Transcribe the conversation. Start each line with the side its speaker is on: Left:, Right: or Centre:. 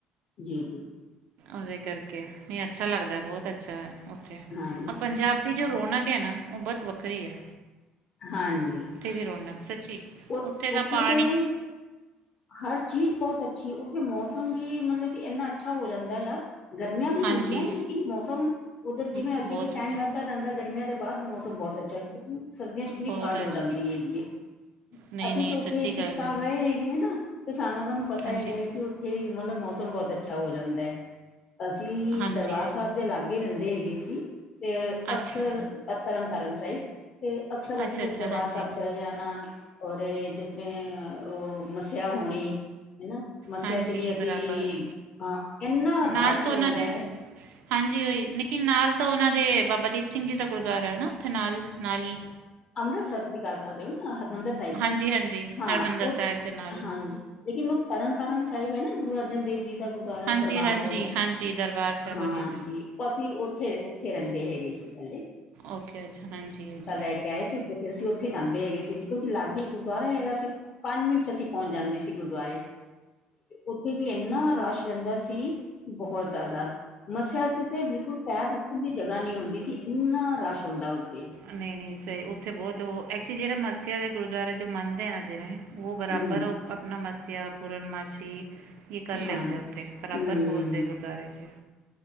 Left: ਜੀ ਜੀ ਜੀ
Right: ਉਦੇ ਕਰਕੇ ਨਈ ਅੱਛਾ ਲੱਗਦਾ ਬੌਤ ਅੱਛਾ ਹੈ ਉੱਥੇ
Left: ਹਾਂਜੀ
Right: ਔਰ ਪੰਜਾਬ ਦੀ ਜੋ ਰੌਣਕ ਹੈ ਨਾ ਓ ਬੋਤ ਵੱਖਰੀ ਐ।
Left: ਹਾਂਜੀ।
Right: ਵੀ ਰੌਨਾਕ ਸੱਚੀ
Left: ਉ
Right: ਉੱਥੇ ਦਾ ਪਾ
Left: <unintelligible> ਹਰ ਚੀਜ਼ ਬੌਤ ਅੱਛੀ ਓ ਥੇ ਮੌਸਮ ਵੀ ਮਲਬ ਕਿ ਐਨਾ ਅੱਛਾ ਹੋ ਜਾਂਦਾ ਆ। ਗਰਮੀਆਂ ਵੀ
Right: ਹਾਂਜੀ
Left: ਹੁੰਦੀਆਂ ਲੇਕਿਨ ਮੌਸਮ ਉੱਧਰ ਜਿਵੇਂ
Right: ਬਹੁਤ
Left: ਅੱਗੇ-ਅੱਗੇ ਟੈਮ
Right: ਅੱਛਾ
Left: ਵੱਧ ਦਾ ਜਾਂਦਾ ਗਰਮੀਆ ਦੇ ਬਾਦ ਮੌਸਮ ਬੌਤ ਅੱਛਾ ਸਰਦੀਆ ਚ ਕਿੰਨੀ
Right: ਬਹੁਤ
Left: ਠੰਡ ਹੋ
Right: ਅੱਛਾ
Left: ਜਾਂਦੀ ਹੈਗੀ ਏ।
Right: ਨਹੀਂ
Left: ਅਸੀਂ
Right: ਨਹੀਂ
Left: ਤੇ ਉੱਥੇ
Right: ਸੱਚੀ
Left: ਕੁਛ
Right: ਗੱਲ
Left: ਸਾਲ
Right: ਹੈ
Left: ਰਹੇ ਹੈਗੇ ਹੈ ਨਾ, ਤੇ ਸਾਨ ਲੋਕਾਂ ਨੂੰ ਪਤਾ
Right: ਹਾਂਜੀ
Left: ਹੈਗਾ ਕਿ ਥੇ ਮਲਬ ਮੌਸਮ ਬੌਤ ਅੱਛਾ ਹੋ ਜਾਂਦਾ ਹੈ। ਅਸੀਂ
Right: ਹਾਂਜੀ
Left: ਦਰਬਾਰ ਸਾਬ ਦੇ ਲਾਗੇ ਰਹਿੰਦੇ ਹੈਗੇ ਸੀ ਤੇ
Right: ਅੱਛਾ
Left: ਅਕਸਰ ਤਰਨ ਤਾਰਨ ਸਾਹਿਬ ਤੇ ਅਕਸਰ ਅਸੀਂ
Right: ਅੱਛਾ
Left: ਲੋਕ
Right: ਅੱਛਾ
Left: ਦਰਬਾਰ
Right: ਹਾਂਜੀ
Left: ਸਾਹਿਬ ਚਲ ਜਾਨਾ ਔਰ ਜਿਸ ਦਿਨ ਓ ਮੱਸਿਆ ਹੋਣੀ ਹਨਾ ਮੱਸਿਆ
Right: ਹਾਂਜੀ
Left: ਚ ਵੀ ਅਸੀਂ
Right: ਬਰਾਬਰ
Left: ਅ ਇੰਨਾ
Right: ਨਾਲ
Left: ਰਸ਼
Right: ਤਾਂ
Left: ਰਿੰਦਾ।
Right: ਉਹਨਾਂ ਦੇ ਹਾਂਜੀ ਓਈ ਲੇਕਿਨ ਨਾਲ ਤਾਂ ਉਹਨਾਂ ਦੇ ਬਾਬਾ ਦੀਪ ਸਿੰਘ ਜੀ ਦਾ ਗੁਰਦੁਆਰਾ ਹੈ ਨਾ ਉੱਥੇ ਨਾਲ, ਨਾਲ ਹੀ।
Left: ਅੰਮ੍ਰਿਤਸਰ ਦੀ ਗੱਲ ਕਰ ਰਹੇ ਹੋ ਨਾ ਹਰਿਮੰਦਰ ਬ
Right: ਹਾਂਜੀ ਹਾਂਜੀ
Left: ਹਾਂ
Right: ਹਰਿਮੰਦਰ
Left: ਉ
Right: ਸਾਹਿਬ ਦੇ ਨਾਲ
Left: ਹਾਂਜੀ ਲੇਕਿਨ ਉਹ ਤਰਨਤਾਰਨ ਸਾਹਿਬ ਹੈ ਨਾ ਗੁਰੂ ਅਰਜਨ ਦੇਵ ਜੀ ਗੁਰਦੁਆਰਾ
Right: ਹਾਂਜੀ
Left: ਐ ਦਰਬਾਰ
Right: ਹਾਂਜੀ
Left: ਸਾਹਿਬ
Right: ਹਾਂਜੀ ਦਰਬਾਰ ਸਾਹਿਬ
Left: ਹਾਂਜੀ।
Right: ਜੀ
Left: ਅਸੀਂ ਓਥੇ-ਓਥੇ ਰਹਿੰਦੇ ਹੈਗੇ ਸੀ ਪੈਲੇ।
Right: ਓਕੇ ਅੱਛਾ ਹਾਂਜੀ। ਓਕੇ
Left: ਲੈ ਕੇ ਆਏ ਸੀ ਤੇ ਫੇਰ ਅਸੀਂ ਉੱਥੇ ਜਾਂਦੇ ਹੈਗੇ ਸੀ ਜੇ ਕੋਈ ਲਾਗੇ ਹੀ ਗੁਰਦੁਆਰਾ ਹੈਗਾ ਸੀ। ਪੰਜ ਮਿੰਟ ਚ ਅਸੀਂ ਪੋਚ ਜਾਂਦੇ ਸੀ ਗੁਰਦੁਆਰੇ। ਉੱਥੇ ਵੀ ਇੰਨਾ ਰਸ਼ ਰਹਿੰਦਾ ਸੀ ਬੋਹਤ ਜਾਦਾ। ਮੱਸਿਆ ਚ ਬਿਲਕੁਲ ਪੈਰ ਰੱਖਨ ਦੀ ਜਗ੍ਹਾ ਨੀ ਹੁੰਦੀ ਸੀ ਇੰਨਾ ਰਸ਼ ਹੁੰਦਾ ਉੱਥੇ।
Right: ਨਈ-ਨਈ ਸਹੀ ਉੱਥੇ ਬੋਤ ਉਹ ਐਕਚੁਲੀ ਜਿਹੜੇ ਮੱਸਿਆ ਦੇ ਗੁਰਦੁਆਰੇ ਚ ਮੰਨਦੇ ਨਾ ਜਿਵੇ ਓ ਬਰਾਬਰ
Left: ਹਮ
Right: ਆਪਣਾ ਮੱਸਿਆ, ਪੂਰਨਮਾਸ਼ੀ ਕੀ ਕਰ
Left: ਹਾਂ
Right: ਲੈਂਦੇ ਉੱਥੇ ਬਰਾਬਰ
Left: ਹਮ
Right: ਪੋਚਦੇ ਗੁਰਦੁਆਰੇ ਚ।